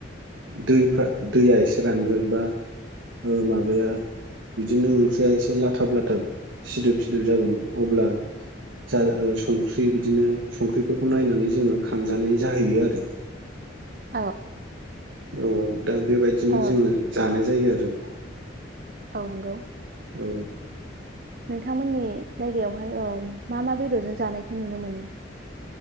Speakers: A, on the right; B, on the right.
A: दैफ्रा दैया एसे रानगोन बा ओ माबाया बिदिनो ओंख्रिया एसे लाथाब-लाथाब, सिदोब-सिदोब जागोन अब्ला जा ओ संख्रि बिदिनो संख्रिफोरखौ नायनानै जोङो खांजानाय जाहैयो आरो।
B: औ
A: औ दा बेबायदिनो
B: औ
A: जोङो जानाय जायो आरो।
B: नोंगौ।
A: औ
B: नोंथांमोननि जायगायावहाय ओम मा मा बेदरजों जानायखौ नुनो मोनो?